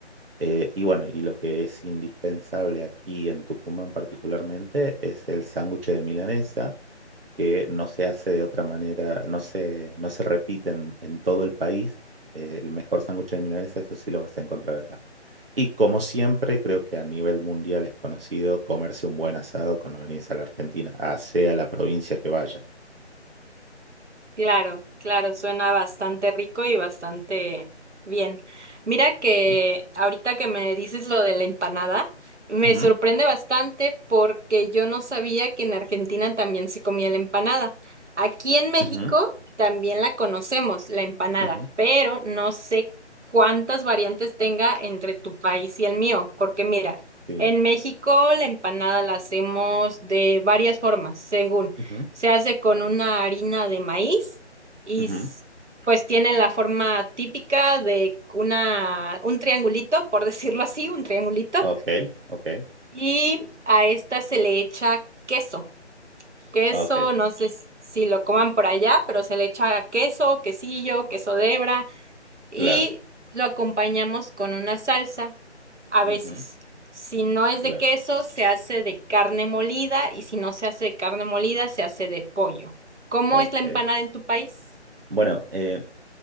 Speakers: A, on the right (about 55°); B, on the right (about 75°).
A: Eh, y bueno, y lo que es indispensable aquí en Tucumán particularmente es el sándwich de milanesa que no se hace de otra manera, no se, no se repite en, en todo el país. Eh, el mejor sándwich de milanesa, eso sí lo vas a encontrar acá. Y como siempre, creo que a nivel mundial es conocido comerse un buen asado cuando venís a la Argentina, a sea la provincia que vayas.
B: Claro, claro, suena bastante rico y bastante bien. Mira que
A: ¿Mm?
B: ahorita que me dices lo de la empanada, me
A: Ujú,
B: sorprende bastante porque yo no sabía que en Argentina también se comía la empanada. Aquí en México
A: ujú,
B: también la conocemos, la empanada,
A: ujú,
B: pero no sé cuántas variantes tenga entre tu país y el mío, porque mira,
A: sí.
B: en México la empanada la hacemos de varias formas, según
A: ujú,
B: se hace con una harina de maíz y
A: ujú.
B: s- pues tiene la forma típica de una, un triangulito, por <laughs> decirlo así, un triangulito,
A: Ok, ok,
B: y a esta se le echa queso. Queso,
A: ok,
B: no sé s- si lo coman por allá, pero se le echa queso, quesillo, queso de hebra y
A: claro.
B: lo acompañamos con una salsa. A veces.
A: ujú,
B: Si no es
A: claro,
B: de queso, se hace de carne molida y si no se hace de carne molida, se hace de pollo. ¿Cómo
A: ok.
B: es la empanada en tu país?
A: Bueno, eh,